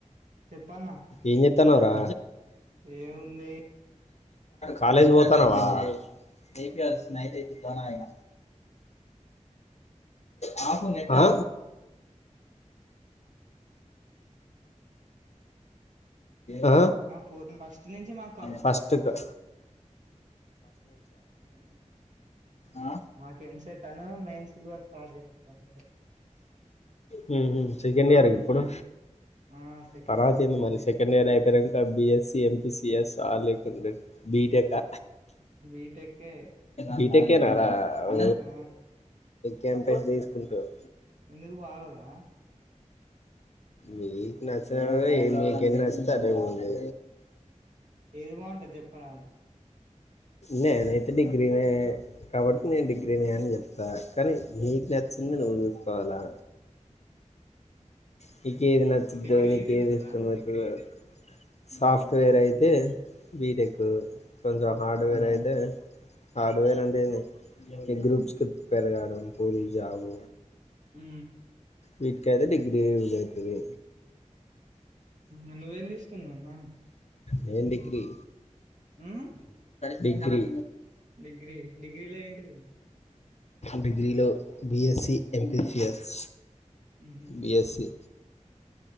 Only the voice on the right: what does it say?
చెప్పన్నా
ఏముంది
పోతున్న ఫస్ట్ నుంచి మా
ఏమో
మాకు ఎం సెట్ అను మెన్ సిల్వర్ స్టార్ చేస్తుండ్రు
ఆ సెకండ్
ఇయర్
ఫస్ట్
బీటెకే
ఆ
ఎందుకు బాగూదా
ఏది బాగుంటంది చెప్పరాదు
డిగ్రీ
ఈజీ
ఉంటదా
హ్మ్
ఉ
ఉ నువ్వేమి తీసుకున్నావ్ అన్న
ఉ
డిగ్రీ డిగ్రీలో ఏంటిది
హుహు.